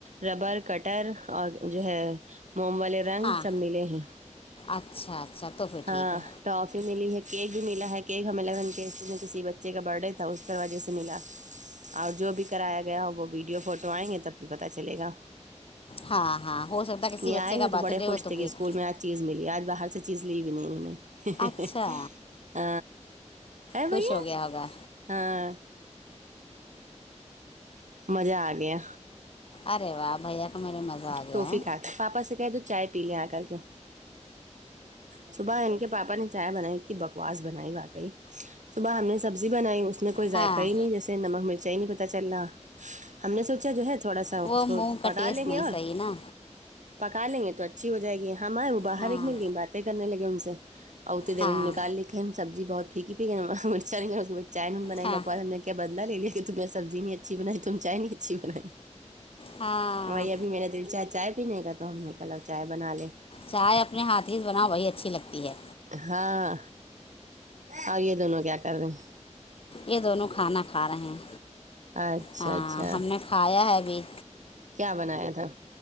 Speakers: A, on the right (about 85°); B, on the left (about 50°).
A: ربر کٹر اور جو ہے موم والے رنگ
B: ہاں
A: سب ملے ہیں
B: اچھا اچھا تو پھر
A: ہاں
B: ٹھیک ہے
A: ٹافی ملی ہے کیک بھی ملا ہے کیک ہمیں لگن کے اسکول میں کسی بچے کا برت ڈے تھا اس کی وجہ سے ملا اور جو بھی کرایا گیا ہو وہ ویڈیو فوٹو آئیں گے تب بھی پتا چلے گا
B: ہاں ہاں ہو سکتا ہے کسی
A: یہ
B: بچے
A: آئے
B: کا
A: تھے تو
B: برتھ
A: بڑے
B: ڈے
A: خوش
B: ہو تو
A: تھے کہ
B: کیک
A: اسکول میں چیز ملی آج باہر سے چیز لی بھی نہیں انہوں نے
B: اچھا
A: ارے بھیا
B: خوش ہو گیا ہوگا
A: ہاں مزہ آ گیا
B: ارے واہ بھیا کو میرے مزہ آ گیا
A: ٹوفی
B: ہے
A: کھا پاپا سے کہ تو چائے پی لے آ کر کے صبح ان کے پاپا نے چائے بنائی تھی بکواس بنائی واقعی صبح ہم نے سبزی بنائی اس میں کوئی ذائقہ
B: ہاں
A: ہی نہیں جیے نمک مرچائی نہیں پتا پت چل رہا ہم نے سوچا جو ہے تھوڑا سا
B: وہ
A: اس کو
B: منہ
A: پکا
B: کا ٹیسٹ
A: لیں
B: نہیں
A: گے اور
B: صحیح نا
A: پکا لیں گے تو اچھی ہو جائے گی ہماں آئے وہ باہر
B: ہاں
A: ایک مل گئی باتیں کرنے لگے ان سے اور اتتے دیر
B: ہاں
A: نکالیک ہےن سبزی بہت پھیکی پ ہے مرچائے بن
B: ہاں
A: بکو کیا بدلا لے لیا ت تو میں سبی نہیں اچ بنائی تم چائے نہیں اچھی بائی
B: ہاں
A: اورائی ابھی میں نے دل چائے چائے پی ن کا تھا تو ہم نے کہہ ل چائے بنا لیں
B: چائے اپنے ہاتھی سے بناؤ وہی اچھی لگتی ہے
A: ہاں اور یہ دونوں کیا کر رہے ہیں
B: یہ دونوں کھانا کھا رہے ہیں
A: اچھا
B: ہاں
A: اچھا
B: ہم نے کھایا ہے بھی
A: کیا بنایا تھا